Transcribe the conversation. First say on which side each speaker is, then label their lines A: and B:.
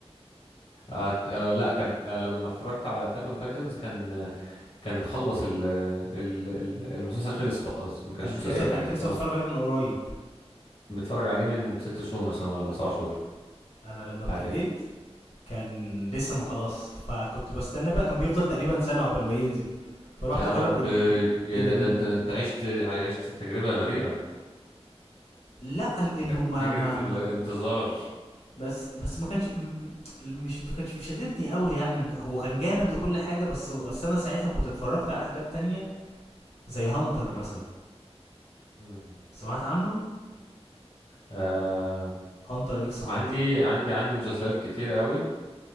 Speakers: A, on the left (about 60°); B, on the left (about 75°).
A: آه. آه. لا كان آه. لما اتفرجت على اتاك اون تايتنز كان آه، كان خلص ال ال ال- المسلسل خلص خالص ما كانش
B: كان
A: فيه
B: مسلسل
A: اي حاجه
B: يعني انت لسه
A: خلاص
B: متفرج عليه من قريب
A: متفرج عليه من ست شهور مثلا ولا سبع
B: اه
A: شهور
B: انا لما
A: حاجه
B: ابتديت
A: كده
B: كان لسه ما خلاص فكنت بستنى بقى كان بيفضل تقريبا سنه عقبال ما ينزل فروحت
A: يا
B: اجرب
A: رب
B: إن...
A: يا
B: انمي
A: ده, ده انت ده انت عشت عشت تجربه مريره
B: لا لانه
A: كانت
B: ما
A: فكره
B: ما
A: الانتظار
B: ما بس بس ما كانش م- م- مش ما كانش بيشددني قوي يعني ما ك- هو كان جامد وكل حاجه بس بس انا ساعتها كنت اتفرجت على حاجات تانية زي هانتر مثلا
A: مم.
B: سمعت عنه
A: آه
B: هانتر اكس
A: عندي
B: هانتر
A: عندي عندي مسلسلات كتير قوي